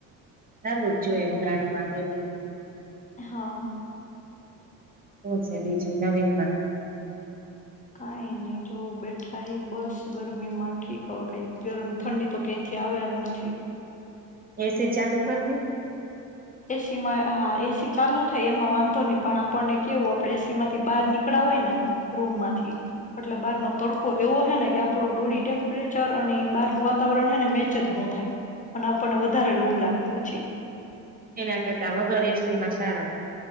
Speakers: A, on the right; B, on the left.
A: થાવુંજ જોઈએ ઉનાળામાં તો એટલું
B: હા
A: શું છે બીજું નવીનમા
B: કઈ નઈ જો બેઠા એ બસ ગરમી માં ઠીક હ કઈ ગરમ ઠંડી તો કઈથી આવે એમ નથી
A: એસી ચાલુ કર દે
B: એસી માં હા એસી ચાલુ થાય એમાં વાંધો નહી પણ આપણને કેવું આપડે એસી માંથી બહાર નીકળાવ હોય ને રૂમ માંથી એટલે બહાર નો તડકો એવો હે ને કે આપણું બોડી ટેમ્પરેચર અને બહારનું વાતાવરણ હે ને મેચ જ ન થાય અને આપણને વધારે લુ લાગે પછી
A: એના કરતા વગર એસી માં સારા